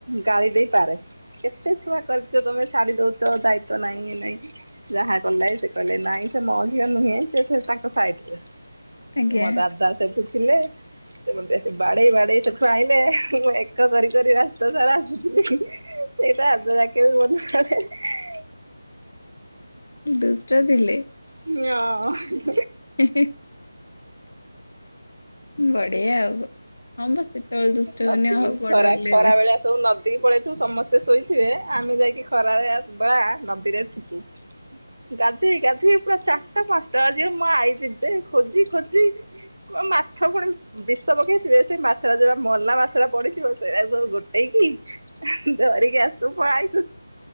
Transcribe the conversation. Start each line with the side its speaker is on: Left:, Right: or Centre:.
Right: ଗାଳି ଦେଇ ପାରେ। କେତେ ଛୁଆ କରିଛ ତମେ ଛାଡି ଦଉଛ ଦାୟିତ୍ୱ ନାଇଁ ନାଇଁ ଯାହା କଲେ ସେ କହିଲେ ନାଇଁ ସେ ମହିଳା ନୁହେ ସେ ତାଙ୍କ ସାଇଡ
Left: ଆଜ୍ଞା।
Right: ମୋ ଦାଦା ସେଠୁ ଥିଲେ ସେ ମୋତେ ବାଡେଇ ବାଡେଇ ସେଠୁ ଆଇଁଲେ। ମୁଁ ଏକ କରି କରି ରାସ୍ତା ସାରା ଆସିଥିଲି ସେଇଟା ଏବେ ଯାକେ ମୋର <inaudible>
Left: ଦୁଷ୍ଟ ଥିଲେ।
Right: ଓ
Left: ହିଁ ହିଁ ବଢ଼ିଆ ଆଉ। ହଁ ବା ସେତେବେଳେ ଦୁଷ୍ଟ
Right: ନଦୀ
Left: ହଉନି ଆଉ ବଡ
Right: ଖରା
Left: ହେଲେ
Right: ଖରା
Left: ଏବେ।
Right: ବେଳିଆ ସବୁ ନ ଏତିକି ପଳେଇଥିବୁ ସମସ୍ତେ ଶୋଇଥିବେ ଆମେ ଯାଇକି ଖରାବେଳିଆ ବା ନଦୀରେ ଥିବୁ ଗା ଗାଧେଇ ଗଧେଇ ପୁରା ଚାରଟା ପାଞ୍ଚଟା ବାଜିବ ମୋ ଆଇ ଯିବେ ଖୋଜି ଖୋଜି ମାଛ ପୁଣି ବିଷ ପକେଇଥିବେ ସେ ମାଛଟା ଯୋଉଟା ମଲା ମାଛ ରା ପଡିଥିବ ସେଇରା ସବୁ ଗୋଟେଇ କି ଧରିିକି ଆସୁ ପଳାଇ